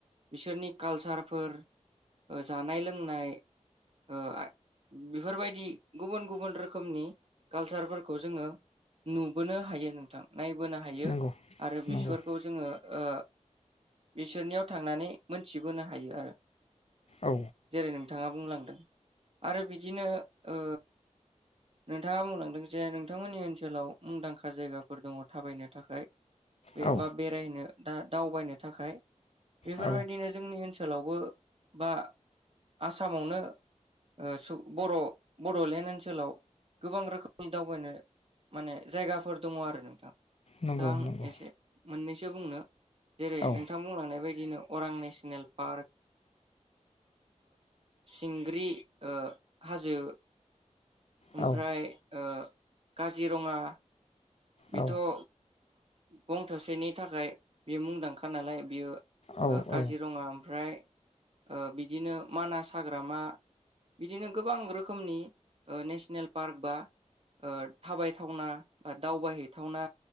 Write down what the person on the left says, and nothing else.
नंगौ
नंगौ
औ
औ
औ
नंगौ
नंगौ
औ
औ
औ
औ
औ